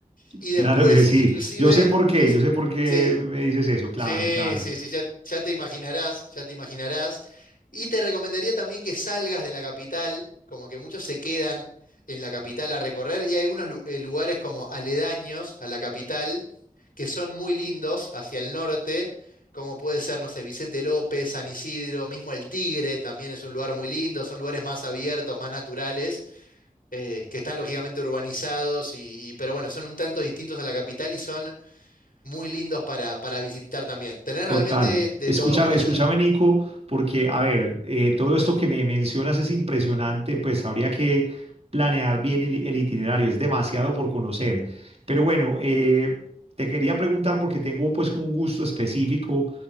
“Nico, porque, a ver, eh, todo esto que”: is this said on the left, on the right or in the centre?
Right